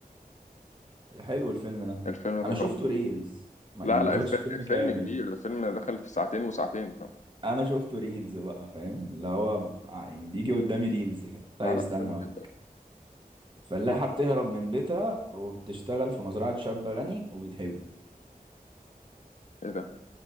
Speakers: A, on the right (about 30°); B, on the left (about 50°).
A: حلو الفيلم ده
B: الفيلم
A: انا
B: ده طبعا
A: شفته ريلز ما
B: لا
A: يعني ما
B: لا
A: شفتش
B: الفيلم,
A: فيلم
B: الفيلم
A: كامل
B: كبير الفيلم دخل في ساعتين وساعتين
A: انا شفته ريلز بقى فاهم اللي هو ب- ع- يعني بيجي قدامي ريلز كده طيب
B: لا لا
A: استنى
B: فيلم
A: اقولك
B: جدا
A: فلاحة بتهرب من بيتها وبتشتغل في مزرعة شاب غني وبتحبه
B: ايه ده